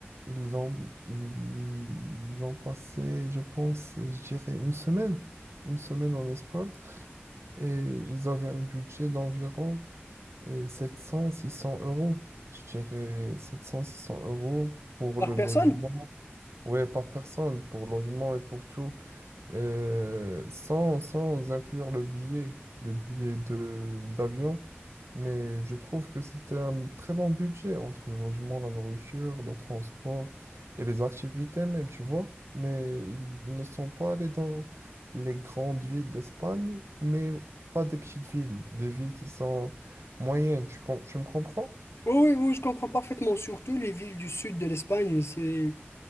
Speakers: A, on the right; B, on the left.
A: Ils ont, ils, ils ont passé, je pense, je dirais une semaine, une semaine en Espagne, et ils avaient un budget d'environ et 700-600 euros, je dirais 700-600 euros pour
B: par
A: le
B: personne?
A: logement. Ouais, par personne, pour logement et pour tout. Euh, sans, sans inclure le billet, le billet de d'avion, mais je trouve que c'était un très bon budget entre le logement, la nourriture, le transport et les activités même, tu vois. Mais ils, ils ne sont pas allés dans les grandes villes d'Espagne, mais pas des petites villes, des villes qui sont moyennes, tu, com- tu me comprends?
B: Oui, oui, oui, je comprends parfaitement. Surtout les villes du sud de l'Espagne, c'est